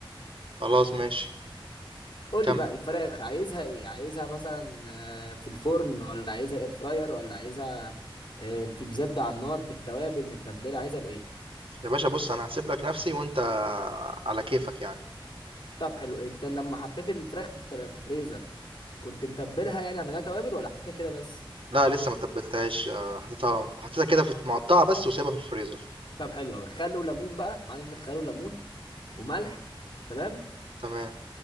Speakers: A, on the right; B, on the left.
A: خلاص ماشي
B: قول
A: كمل
B: لي بقى الفراخ عايزها ايه عايزها مثلا آه، في الفرن ولا عايزها اير فراير ولا عايزها آه، في بزبدة على النار بالتوابل متبلة عايزها بايه
A: يا باشا بص انا هسيب لك نفسي وانت على كيفك يعني
B: طب حلو انت لما حطيت الفراخ في التل- في الفريزر كنت متبلها يعني عملها توابل ولا حطيتها كده بس
A: لا لسه ما تبلتهاش آه، حطيتها حطيتها كده في مقطعه بس وسايبها في الفريزر
B: طب حلو قوي خل وليمون بقى معاك عندك خل وليمون وملح تمام
A: تمام